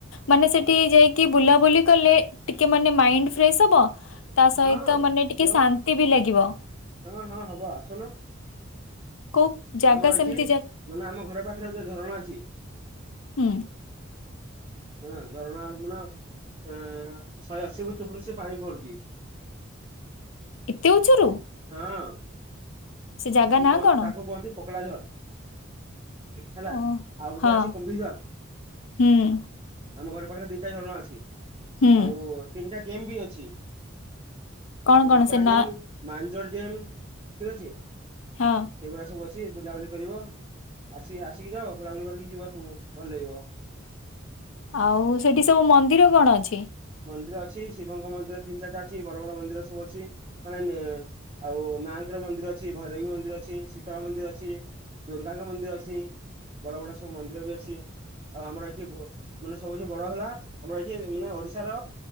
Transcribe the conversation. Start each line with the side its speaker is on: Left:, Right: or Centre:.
Left: ମାନେ ସେଠି ଯାଇକି ବୁଲାବୁଲି କଲେ ଟିକେ ମାନେ ମାଇଣ୍ଡ ଫ୍ରେଶ୍ ହବ। ତା ସହିତ
Right: ହଁ
Left: ମାନେ ଟିକେ
Right: ସିଓର।
Left: ଶାନ୍ତି ବି ଲାଗିବ।
Right: ହଁ ହଁ ହବ ଆସୁନୁ।
Left: କୋଉ ଜାଗା
Right: ଆମର
Left: ସେମିତି
Right: ଅଛି
Left: ଜା
Right: ମାନେ ଆମ ଘର ପାଖରେ ଯୋଉ ଝରଣା ଅଛି।
Left: ହୁଁ।
Right: ହଁ ଝରଣା ର ମାନେ ଏ ଶହେ ଅଶି ଫୁଟ ଉପରୁ ସେ ପାଣି ପଡୁଛି।
Left: ଏତେ ଉଚାରୁ?
Right: ହଁ।
Left: ଜାଗା
Right: ତାକୁ
Left: ନାଁ
Right: <unintelligible>
Left: କଣ?
Right: ତାକୁ କୁହନ୍ତି ପୋକଡ଼ାଝର୍। ହେଲା
Left: ଓ
Right: ଆଉ
Left: ହଁ।
Right: ଗୋଟେ ଅଛି କୁମ୍ଭିଝଲ୍।
Left: ହୁଁ
Right: ଆମ ଘର ପାଖରେ ଦିଟା ଝରଣା ଅଛି।
Left: ହୁଁ
Right: ଆଉ ତିନିଟା ଡେମ୍ ବି ଅଛି।
Left: କଣ
Right: ନୂଆପଡା
Left: କଣ ସେ ନା
Right: ଜେମ୍, ମାନଝର୍ ଜେମ୍ ଠିକ୍ ଅଛି।
Left: ହଁ।
Right: ସେଇଗୁଡା ସବୁ ଅଛି ବୁଲାବୁଲି କରିବ। ଆସି ଆସିକି ଯାଓ ବୁଲାବୁଲି କରିକି ଯିବ ସବୁ ଭଲଲାଗିବ।
Left: ଆଉ ସେଠି ସବୁ ମନ୍ଦିର କଣ ଅଛି?
Right: ମନ୍ଦିର ଅଛି। ଶିବଙ୍କ ମନ୍ଦିର ତିନି ଚାରିଟା ଅଛି। ବଡ ବଡ ମନ୍ଦିର ସବୁ ଅଛି। ମାନେ ନେ ଆଉ ମାଆଙ୍କର ମନ୍ଦିର ଅଛି। ଭୈରବୀ ମନ୍ଦିର ଅଛି। ଶୀତଳା ମନ୍ଦିର ଅଛି। ଦୁର୍ଗାଙ୍କ ମନ୍ଦିର ଅଛି। ବଡ ବଡ ସବୁ ମନ୍ଦିର ବି ଅଛି। ଆଉ ଆମର ଆଜି ବୋ ମାନେ ସବୁଠୁ ବଡ ହେଲା ଆମର ଆଜି ଏ ମାନେ ଅଡି ଏଠାର